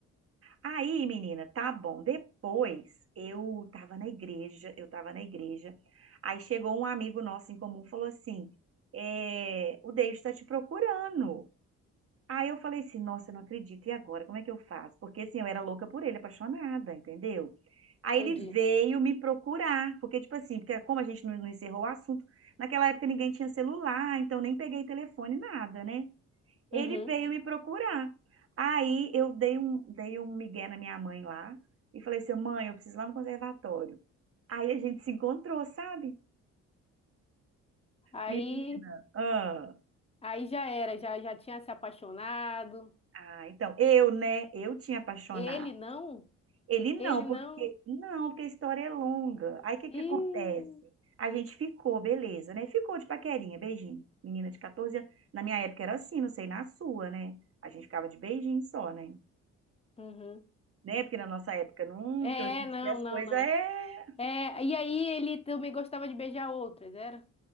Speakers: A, on the right; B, on the left.
A: Aí, menina, tá bom. Depois eu tava na igreja, eu tava na igreja. Aí chegou um amigo nosso em comum, e falou assim: é, o Deus está te procurando. Aí eu falei assim, nossa, eu não acredito, e agora? Como é que eu faço? Porque assim, eu era louca por ele, apaixonada, entendeu? Aí
B: Entendi.
A: ele veio me procurar, porque tipo assim, porque como a gente não, não encerrou o assunto, naquela época ninguém tinha celular, então nem peguei telefone, nada, né? Ele
B: Uhum.
A: veio me procurar. Aí eu dei um, dei um migué na minha mãe lá e falei assim, mãe, eu preciso ir lá no conservatório. Aí a gente se encontrou, sabe?
B: Aí,
A: Menina, ah,
B: aí já era, já, já tinha se apaixonado.
A: ah, então, eu, né, eu tinha apaixonado.
B: Ele não?
A: Ele
B: Ele
A: não, porque
B: não?
A: não, porque a história é longa. Aí o que
B: Ih,
A: que acontece? A gente ficou, beleza, né? Ficou de paquerinha, beijinho. Menina de 14 anos. Na minha época era assim, não sei na sua, né? A gente ficava de beijinho só, né?
B: uhum.
A: Né? Porque na nossa época não,
B: É,
A: porque hoje em
B: não,
A: dia as
B: não,
A: coisas
B: não.
A: é.
B: É, e aí ele também gostava de beijar outras, era?